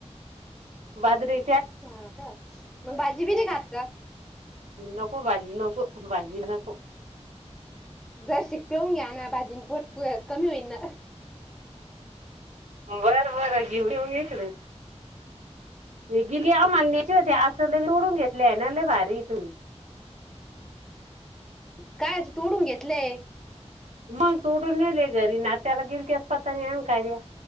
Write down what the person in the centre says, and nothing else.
हांका मग भाजी बी नाही खात का
दर शिक पेऊून घ्या ना बाजी पोट कमी होईल ना
हम्म,
काय तू उडून घेतलंय